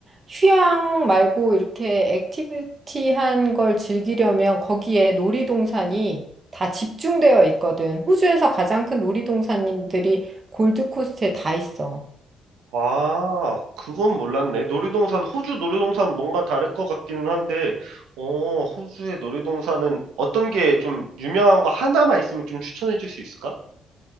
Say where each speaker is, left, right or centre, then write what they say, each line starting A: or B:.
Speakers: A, on the right; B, on the right.
A: 휴양 말고 이렇게 액티비티한 걸 즐기려면 거기에 놀이동산이 다 집중되어 있거든. 호주에서 가장 큰 놀이동산들이 골드코스트에 다 있어.
B: 아, 그건 몰랐네. 놀이동산, 호주 놀이동산 뭔가 다를 것 같기는 한데, 어, 호주의 놀이동산은 어떤 게 좀 유명한 거 하나만 있으면 좀 추천해 줄 수 있을까?